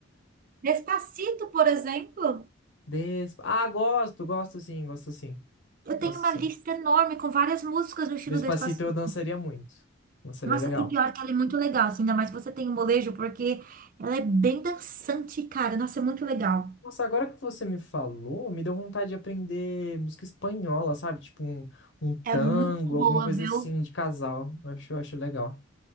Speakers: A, on the right; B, on the left.
A: Despacito, por exemplo.
B: Despa... Ah, gosto, gosto sim, gosto sim,
A: Eu
B: gosto
A: tenho uma
B: sim.
A: lista enorme com várias músicas no estilo
B: Despacito
A: Despacito.
B: eu dançaria muito. Dançaria
A: Nossa,
B: legal.
A: e pior que ela é muito legal, assim, ainda mais você tem o molejo, porque ela é bem dançante, cara. Nossa, é muito legal.
B: Nossa, agora que você me falou, me deu vontade de aprender música espanhola, sabe? Tipo um, um
A: É
B: tango,
A: muito
B: alguma
A: boa,
B: coisa
A: viu?
B: assim de casal. Eu acho, eu acho legal.